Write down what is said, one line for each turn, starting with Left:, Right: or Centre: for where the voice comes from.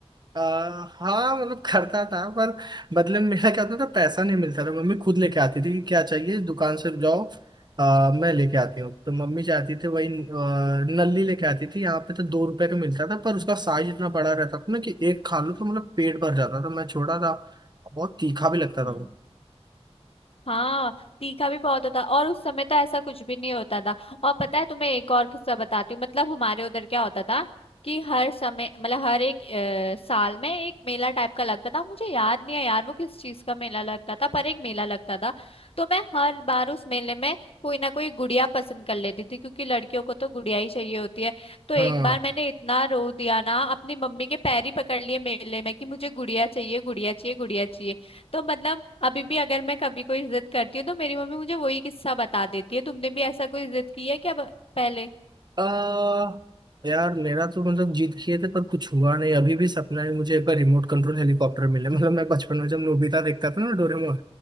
Right: आ, हाँ मतलब करता था पर बदले में मेरा क्या होता था पैसा नहीं मिलता था मम्मी खुद लेके आती थी कि क्या चाहिए दुकान से जाओ आ, मैं लेके आती हूँ तो मम्मी जाती थी वही आ, नल्ली लेके आती थी यहाँ पे तो दो रुपए का मिलता था पर उसका साइज इतना बड़ा रहता था ना कि एक खा लो तो मतलब पेट भर जाता था मैं छोटा था बहुत तीखा भी लगता
Left: हम्म
Right: था वो
Left: हाँ तीखा भी बहुत होता और उस समय तो ऐसा कुछ भी नहीं होता था और पता है तुम्हें एक और किस्सा बताती हूँ मतलब हमारे उधर क्या होता था कि हर समय मतलब हर एक अ, साल में एक मेला टाइप का लगता था मुझे याद नहीं है यार वो किस चीज का मेला लगता था पर एक मेला लगता था तो मैं हर बार उस मेले में कोई ना कोई गुड़िया पसंद कर लेती थी क्योंकि लड़कियों को तो गुड़िया ही चाहिए होती है तो एक
Right: हाँ
Left: बार मैंने इतना रो दिया ना अपनी मम्मी के पैर ही पकड़ लिए मेले में कि मुझे गुड़िया चाहिए गुड़िया चाहिए गुड़िया चाहिए तो मतलब अभी भी अगर मैं कभी कोई जिद करती हूँ तो मेरी मम्मी मुझे वही किस्सा बता देती है तुमने भी ऐसा कोई जिद की है क्या ब- पहले
Right: आ, यार मेरा तो मतलब जीत किए थे पर कुछ हुआ नहीं अभी भी सपना है मुझे एक बार रिमोट कंट्रोल हेलीकॉप्टर मिले <laughs> मतलब मैं बचपन में जब नोबिता देखता था ना डोरेमोन